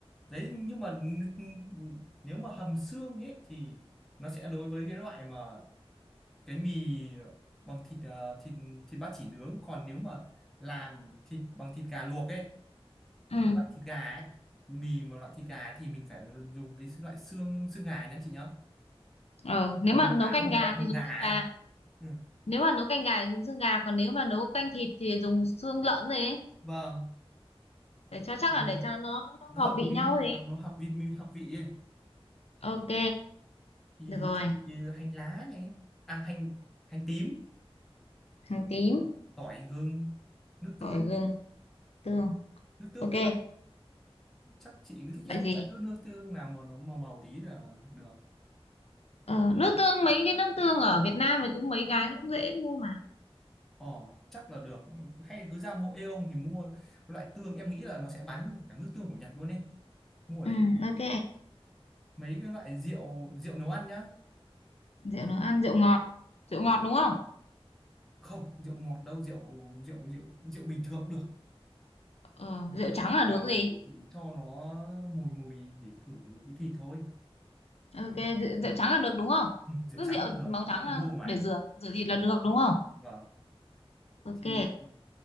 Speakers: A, in the centre; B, on the left (about 80°).
A: đấy nhưng mà n- n- nếu mà hầm xương ấy thì nó sẽ đối với cái loại mà cái mì bằng thịt ờ, thịt thịt ba chỉ nướng còn nếu mà làm thịt bằng thịt gà luộc ấy
B: ừ
A: cái loại thịt gà ấy mì mà loại thịt gà ấy, thì mình phải dùng cái loại xương xương gà nhá chị nhá
B: ờ nếu
A: hầm
B: mà nấu
A: cả
B: canh
A: con
B: gà
A: gà hầm
B: thì dùng
A: gà ấy
B: xương gà
A: Ừ.
B: nếu mà nấu canh gà thì dùng xương gà còn nếu mà nấu canh thịt thì dùng xương lợn rồi ấy
A: vâng
B: để cho chắc
A: thì
B: là để cho nó nó
A: nó
B: hợp
A: hợp
B: vị
A: với-
B: nhau rồi
A: nó,
B: ấy
A: nó hợp vị hợp vị ấy
B: ok
A: thì
B: được rồi
A: chuẩn bị hành lá này à hành hành tím
B: hành tím
A: tỏi gừng nước tương
B: tỏi gừng tương
A: nước tương
B: ok
A: cái loại chắc chị cứ thích
B: vậy
A: ăn
B: gì
A: loại tương nước tương là màu nó màu màu tí là được
B: ờ, nước tương mấy cái nước tương ở Việt Nam thì cũng mấy cái nó cũng dễ mua mà
A: Ờ, chắc là được hay cứ ra mua Aeon thì mua loại tương em nghĩ là nó sẽ bán được cả nước tương của Nhật luôn đi mua ở
B: ừ
A: đấy được.
B: ok
A: mấy cái loại rượu rượu nấu ăn nhá
B: rượu nấu ăn rượu ngọt rượu ngọt đúng không
A: không rượu ngọt đâu rượu rượu rượu rượu bình thường cũng được
B: ờ,
A: thì
B: rượu
A: mình
B: trắng
A: chỉ
B: là
A: vào
B: được gì
A: để cho nó mùi mùi để khử cái thịt thôi
B: ok
A: Ừ,
B: rượu,
A: ừ,
B: rượu trắng là được đúng không
A: ừ, rượu
B: cứ
A: trắng
B: rượu
A: là được
B: màu
A: đỡ
B: trắng
A: phải
B: là
A: mua ngoài
B: để rửa rửa thịt là được đúng không
A: vâng
B: ok
A: thì